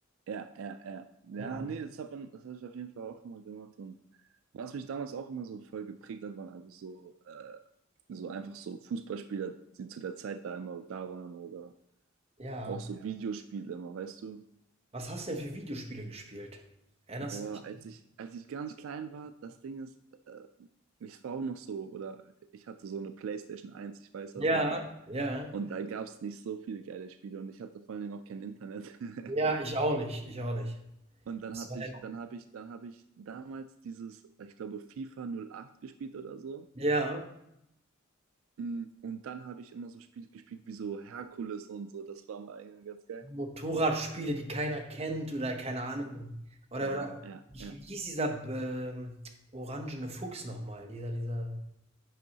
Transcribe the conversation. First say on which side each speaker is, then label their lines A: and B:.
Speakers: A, on the right; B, on the right.
A: Ja, ja, ja. Ja,
B: Ja.
A: nee, das hat man, das habe ich auf jeden Fall auch immer gemacht. Und was mich damals auch immer so voll geprägt hat, waren einfach so, äh, so einfach so Fußballspieler, die zu der Zeit da immer da waren oder
B: Ja.
A: auch so Ja. Videospiele immer, weißt du?
B: Was hast du denn für Videospiele gespielt? Erinnerst
A: Boah,
B: du dich?
A: als ich, als ich ganz klein war, das Ding ist, äh, ich war auch noch so, oder ich hatte so eine PlayStation eins, ich weiß das
B: Ja.
A: noch.
B: Ja.
A: Und da Mhm. gab es nicht so viele geile Spiele und ich hatte vor allen Dingen auch kein Internet. <laughs>
B: Ja, ich auch nicht, ich auch nicht.
A: Und dann
B: Das
A: hatte
B: war ein...
A: ich, dann habe ich, dann habe ich damals dieses, ich glaube, FIFA 08 gespielt oder so.
B: Ja.
A: Mm, Und dann habe ich immer so Spiele gespielt wie so Herkules und so. Das war mal eigentlich ganz geil.
B: Motorradspiele, die keiner kennt oder keine Ahnung. Oder,
A: Ja,
B: oder Ja.
A: ja,
B: wie
A: ja.
B: wie hieß dieser ähm, orangene Fuchs nochmal? Dieser, dieser.